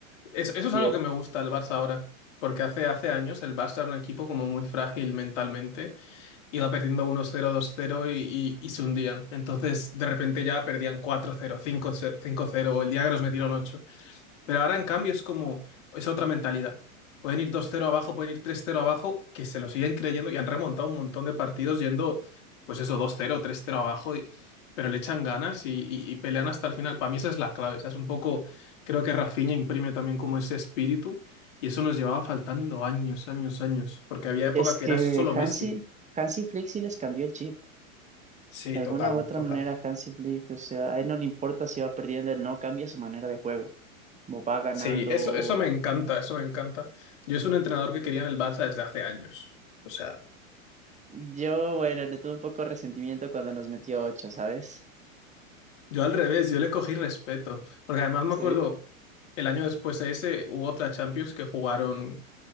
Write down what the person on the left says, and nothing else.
Eso, eso es
algo que me gusta del Barça ahora, porque hace, hace años el Barça era un equipo como muy frágil mentalmente, iba perdiendo 1-0, 2-0 y, y, y se hundían. Entonces, de repente ya perdían cuatro cero, cinco cero, cinco cero. o el día que nos metieron 8. Pero ahora, en cambio, es como, es otra mentalidad. Pueden ir dos cero abajo, pueden ir tres cero abajo, que se lo siguen creyendo y han remontado un montón de partidos yendo, pues eso, dos cero tres cero abajo, y- pero le echan ganas y, y- y pelean hasta el final. Para mí esa es la clave. o sea, Es un poco, creo que Rafinha imprime también como ese espíritu y eso nos llevaba faltando años, años, años, porque había época
que
era solo Messi.
Sí,
total,
total.
Sí, eso, eso me encanta, eso me encanta. Yo es un entrenador que quería en el Barça desde hace años. O sea...
Yo al revés, yo le cogí respeto, porque además me
acuerdo el año después de ese hubo otra Champions que jugaron